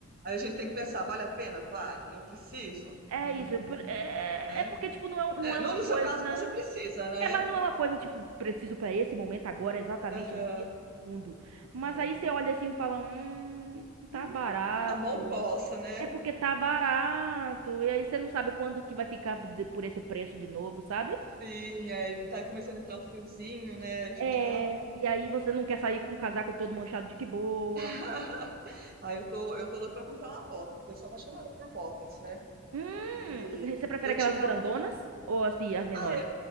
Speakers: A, on the right; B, on the right.
A: Aí a gente tem que pensar, vale a pena? Vale. Eu preciso?
B: É
A: Hum,
B: isso. é por- É,
A: né?
B: é porque, tipo, não é, um- não
A: É,
B: é
A: no,
B: uma
A: no
B: coisa.
A: seu caso, você precisa, né?
B: É, mas não é uma coisa, tipo, preciso pra esse momento agora, exatamente
A: Aham,
B: nesse mundo. Mas
A: é.
B: aí você olha assim e fala: hum,
A: Hum,
B: tá barato.
A: a mão coça, né?
B: É porque tá barato. E aí você não sabe quando que vai ficar de- por esse preço de novo, sabe?
A: Sim, é, e tá começando a entrar o friozinho, né? A gente
B: É.
A: já.
B: E aí você não quer sair com o casaco todo manchado de que boa.
A: <laughs> Ah, eu tô, eu tô louca pra comprar uma bota, porque eu sou apaixonada por botas, né?
B: Hum,
A: E
B: você prefere
A: eu
B: aquelas
A: tinha
B: grandonas
A: um.
B: ou as, pe- as menores?
A: Ah, eu,